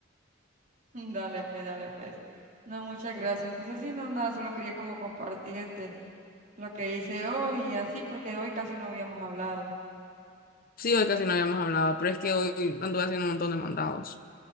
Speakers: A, on the right; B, on the left.
A: <laughs> Dale, pues, dale, pues. No, muchas gracias. Entonces, sí, no, nada, solo quería como compartirte lo que hice hoy y así, porque hoy casi no habíamos hablado.
B: Sí, hoy casi no habíamos hablado, pero es que hoy hoy anduve haciendo un montón de mandados.